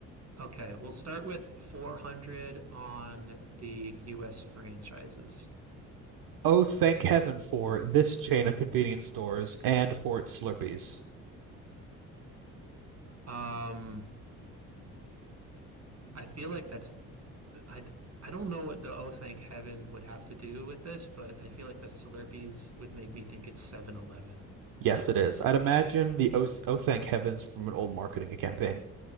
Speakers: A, on the right; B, on the right.
A: Okay, we'll start with 400 on the US franchises.
B: Oh, thank heaven for this chain of convenience stores and for its Slurpees.
A: Um, I feel like that's I I don't know what the Oh Thank Heaven would have to do with this, but I feel like the Slurpees would make me think it's seven eleven,
B: Yes, it is. I'd imagine the oh, oh thank heavens from an old marketing campaign.